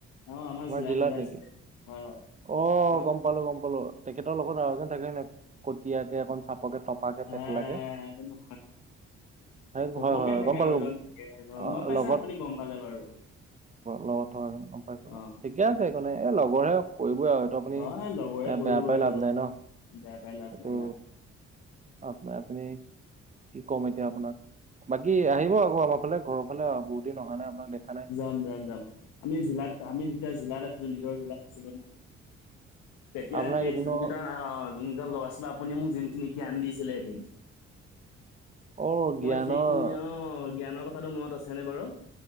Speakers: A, on the left (about 80°); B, on the right (about 25°).
A: অ আমাৰ জিলাৰ
B: জিলাত
A: ফালে
B: নেকি
A: আছিলে। হয় হয়।
B: অ
A: আগত
B: গম পালোঁ গম পালোঁ, তেখেতৰ লগত আৰু এজন থাকে হয় নাই? কটীয়াকে, অকন চাপকে থপাকে পেটলা
A: আহ
B: কে।
A: নহয় নহয়
B: হয়
A: ওখকে
B: হয় হয়।
A: থাকে
B: গম পালোঁ।
A: আৰু
B: গম,
A: এজন থাকে গম
B: অ
A: পাইছে
B: লগত
A: আপুনি গম পালে বাৰু
B: লগত থকা গম পাইছো বাৰু।
A: অ
B: ঠিকে আছে একো নাই। এই লগৰহে, কৰিবই আৰু। সিহঁতক আপুনি
A: হয় লগৰে
B: এ
A: কৰিবই
B: বেয়া পাই
A: আৰু
B: লাভ নাই ন।
A: বেয়া পাই লাভ
B: এইটো,
A: নাই লাভ নাই।
B: আপ- আপুনি কি কম এতিয়া আপোনাক। বাকী আহিব আকৌ আমাৰ ফালে, ঘৰৰ ফালে, বহু দিন অহা নাই আপোনাক দেখা নাই।
A: -যাম যাম। আমি জিলাত, আমি যেতিয়া জিলাত আছিলোঁ, নিজৰ জিলাত আছিলোঁ ন, তেতিয়া
B: আপোনাক
A: সেই
B: এদিনো
A: যোনকেইটা অহ যোন কেইজন লগ আছিলে আপুনি মোক যোনখিনি কি আনি দিছিলে এদিন।
B: অ জ্ঞানৰ
A: মই সেইখিনি, অ জ্ঞানৰ কথাটো মনত আছেনে বাৰু?